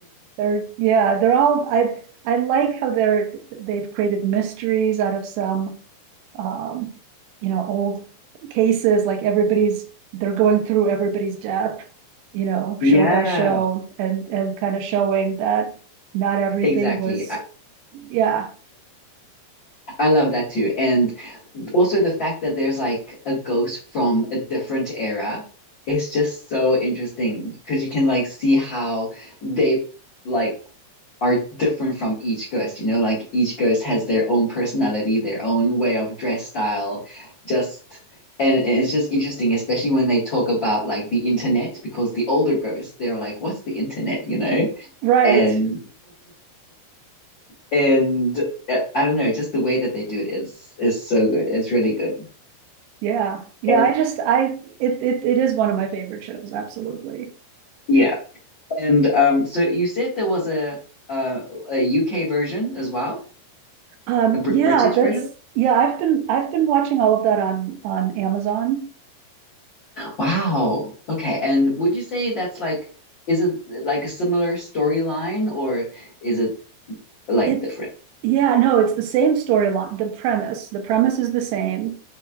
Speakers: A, on the right; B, on the left.
A: they're yeah, they're all I I like how they're they've created mysteries out of some um, you know, old cases, like everybody's, they're going through everybody's death, you know,
B: Yeah,
A: show by show and, and kind of showing that not everything
B: exactly.
A: was,
B: I,
A: yeah,
B: I love that too. And also the fact that there's like a ghost from a different era, it's just so interesting because you can like see how they like are different from each ghost, you know, like each ghost has their own personality, their own way of dress style, just and it's just interesting, especially when they talk about like the internet, because the older ghosts, they're like, what's the internet, you know?
A: right.
B: And and uh, I don't know, just the way that they do it is is so good. It's really good.
A: Yeah. Yeah.
B: And-
A: I just, I, it, it, it is one of my favorite shows. Absolutely.
B: yeah. And um, so you said there was a uh, a UK version as well,
A: Um,
B: a Br
A: yeah,
B: British
A: that's,
B: version?
A: yeah, I've been, I've been watching all of that on, on Amazon.
B: Wow. Okay. And would you say that's like, is it uh, like a similar storyline or is it like
A: It's,
B: different?
A: yeah, no, it's the same storyline, the premise, the premise is the same.